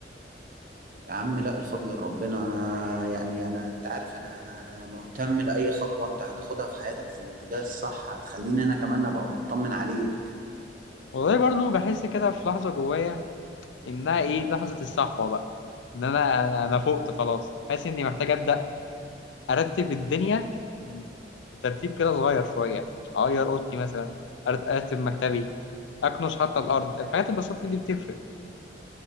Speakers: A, on the right; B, on the left.
A: يا عم لا الفضل لربنا أنا يعني أنا أنت عارف أنا مهتم لأي خطوة أنت هتاخدها في حياتك في الاتجاه الصح هتخليني أنا كمان أبقى مطمن عليك
B: والله برضو بحس كده في لحظة جوايا إنها إيه لحظة الصحوة بقى ان انا انا فقت خلاص حاسس اني محتاج ابدا ارتب الدنيا بترتيب كده صغير شويه اغير اوضتي مثلا أرت- ارتب مكتبي اكنس حتى الارض الحاجات البسيطه دي بتفرق